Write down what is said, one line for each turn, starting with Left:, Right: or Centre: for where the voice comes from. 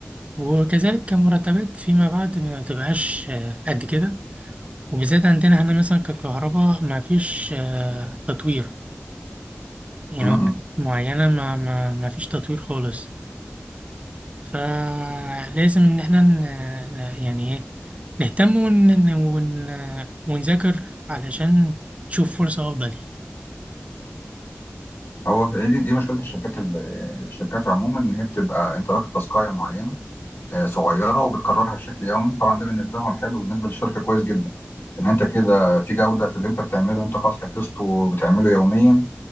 Right: وكذلك كمرتبات فيما بعد ما تبقاش آه، قد كده وبالذات عندنا هنا مثلا ككهرباء ما فيش آه، تطوير يعني
Left: م- م.
Right: معينة ما, ما, ما فيش تطوير خالص فلازم إن احنا ن- ن- يعني إيه نهتم ون ون ون- ونذاكر علشان نشوف فرصة أفضل يعني.
Left: هو في- دي, دي مشكله الشركات ال- الشركات عموما ان هي بتبقى انت واخد تاسكايه معينه آه، صغيره وبتكررها بشكل يومي طبعا ده بالنسبه لهم حلو بالنسبه للشركه كويس جدا ان انت كده في جوده في اللي انت بتعمله انت خلاص حفظته وبتعمله يوميا